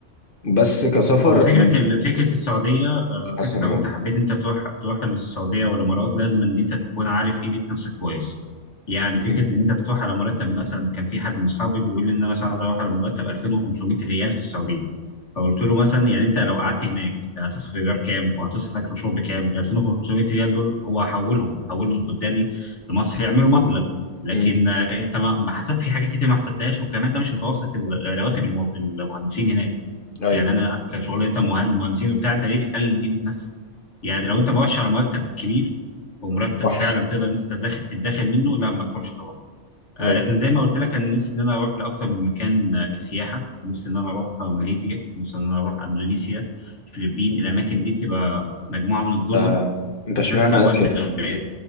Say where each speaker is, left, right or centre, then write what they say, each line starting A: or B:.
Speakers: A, on the left (about 50°); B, on the left (about 80°).
A: بس كسفر
B: هو فكرة
A: انا
B: ال- فكرة السعودية آه،
A: مش حاسس
B: فكرة
A: الموضوع
B: لو أنت حبيت أنت تروح تروح للسعودية والإمارات لازم إن أنت تكون عارف قيمة نفسك كويس. يعني فكرة
A: مم.
B: إن أنت تروح على مرتب مثلا كان في حد من أصحابي بيقول لي إن أنا مثلا أروح على مرتب 2500 ريال في السعودية. فقلت له مثلا يعني أنت لو قعدت هناك هتصرف إيجار كام وهتصرف أكل وشرب كام؟ ال 2500 ريال دول هو هحولهم هحولهم قدامي لمصر يعملوا مبلغ. لكن
A: مم.
B: آه، أنت ما ما حسب في حاجات كتير ما حسبتهاش وكمان ده مش متوسط ال- رواتب الموظ- المهندسين هناك.
A: ايوه
B: يعني انا كشغل انت مهن- مهندسين وبتاع انت ليه بتقلل من قيمه نفسك يعني لو انت مؤشر مرتب كبير ومرتب
A: وحش
B: فعلا تقدر انت تدخل تتدخل منه لا ما تروحش طبعا آه
A: ايوه
B: لكن زي ما قلت لك انا نفسي ان انا اروح لاكتر من مكان آه، كسياحه نفسي ان انا اروح آه، ماليزيا نفسي ان انا اروح اندونيسيا الفلبين الاماكن دي بتبقى مجموعه من الجزر
A: آه. انت اشمعنى
B: في نفس الوقت
A: اسيا
B: غابات